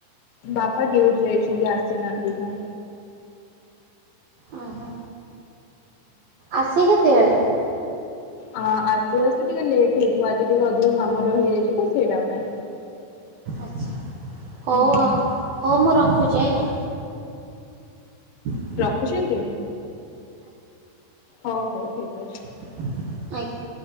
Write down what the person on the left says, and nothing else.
ବାପା ଡିୟୁଟି ଯାଇଚନ୍ତି ଆସିନାହାନ୍ତି <unintelligible>
ଅଁ ଆସୁ ଆସୁ ଟିକେ ଲେଟ୍ ହେଇଯିବ ଆଜି ଟିକେ ଅଧିକ କାମ ରହିଯାଇସଚି ତ ସେଇଟା ପାଇଁ।
ହୁଁ
ରଖୁଚନ୍ତି ହଉ ହଉ ଠିକ ଅଛି।